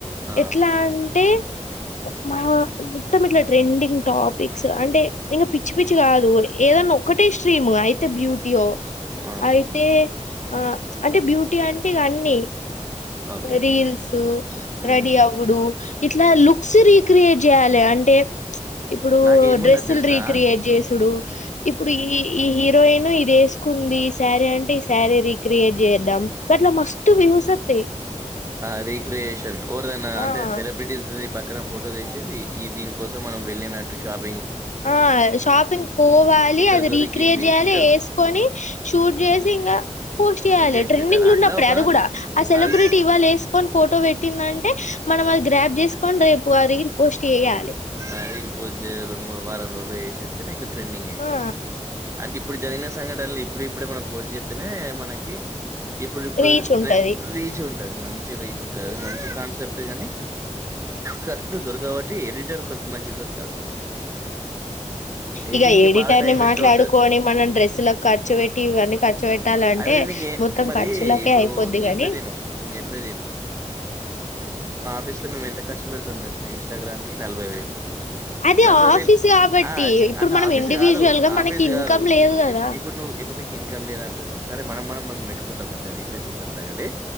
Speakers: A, on the right; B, on the left.
A: ఆ
B: ఎట్లా అంటే మా మొత్తం ఇట్లా ట్రెండింగ్ టాపిక్స్ అంటే ఇంకా పిచ్చి పిచ్చి కాదు ఏదన్నా ఒక్కటే స్ట్రీమ్ అయి బ్యూటీయో
A: ఆ
B: అయితే ఆ అంటే బ్యూటీ అంటే ఇగ అన్నీ
A: ఓకే
B: రీల్స్
A: ఉమ్,
B: రెడీ అవ్వుడు ఇట్లా లుక్స్ రీక్రియేట్ చేయాలి అంటే ఇప్పుడు
A: నాకేమున్నది
B: డ్రెస్సులు
A: తెలుసా
B: రీక్రియేట్ చేసుడు ఇప్పుడు ఈ ఈ హీరో హీరోయిన్ ఇది వేసుకుంది శారీ అంటే ఈ శారీ రీిక్రియేట్ చేద్దాం అట్లా మస్త్ టు వ్యూస్ వస్తాయి
A: ఆ రీిక్రియేషన్ ఓరిదనా అంటే
B: ఆ
A: సెలబ్రిటీస్ ది పక్కన ఫోటో తీసేది ఈ దీని కోసం మనం వెళ్ళినట్టు షాప్
B: ఆ షాపింగ్ పోవాలి
A: ఇక్కడ
B: అది
A: దొరికింది
B: రీక్రియేట్ చేయాలి
A: ఇక్కడ
B: వేసుకొని షూట్ చేసి ఇంకా పోస్ట్ చేయాలి
A: షూట్ చేసి
B: ట్రెండింగ్లు
A: పెట్టారు అట్లా
B: ఉన్నప్పుడే
A: ఒక
B: అది కూడా సెలబ్రిటీ
A: అది
B: ఇవాళ వేసుకొని ఫోటో పెట్టిందంటే మనం అది గ్రాప్ చేసుకోని రేపు ఆ రీల్ పోస్ట్ చేయాలి
A: ఆ రీల్ పోస్ట్ చేయడం మూడు వారం రో అట్ల చేసేతే నీకు ట్రెండింగ్ అయితయి
B: ఆ
A: అంటే ఇప్పుడు జరిగిన సంఘటనలు ఇప్పుడు ఇప్పుడే మనం పోస్ట్ చేస్తనే మనకి ఇప్పుడు ఇప్పుడు
B: రీచ్ ఉంటది
A: ట్రై రీచ్ ఉ మంచి రీచ్ ఉంటది మంచి కాన్సెప్ట్ కానీ కరెక్ట్ దొరకబట ఎడిటర్ కొంత మంచి దొరకాలి దీనికి ఎడిటింగ్
B: ఇక
A: కి
B: ఎడిటర్
A: బాగా టైం
B: ని
A: వేస్ట్
B: మాట్లాడుకొని
A: అవుతది
B: మనం డ్రెస్సులకు ఖర్చు పెట్టి ఇవన్నీ ఖర్చు పెట్టాలంటే
A: అరే నీకు
B: మొత్తం
A: మరి
B: ఖర్చులకే
A: ఇప్పుడు
B: అయిపోద్ది
A: నేను
B: గానీ
A: చెప్పేది ఇను నేను చెప్పేది ఫస్ట్ లోే ఎంత ఖర్చు పెడుతం తెల్సిన ఇంస్టాగ్రామ్ కి నలభై వేలు
B: అది
A: నలభై
B: ఆఫీస్
A: వేలు
B: కాబట్టి
A: ఆ
B: ఇప్పుడు
A: అంటే
B: మనం
A: ఆఫీస్
B: ఇండివిజువల్
A: కాదు
B: గా మనకి
A: ఆఫీసు
B: ఇన్కమ్
A: కాదు
B: లేదు
A: ఇప్పుడు
B: కదా
A: ఇప్పుడు నువ్వు ఇప్పుడు నీకు ఇన్కమ్ లేదంటున్నావ్ సరే మన మనం మం పెట్ కుండా కొంచం రీసర్చ్ చేతన్న గాని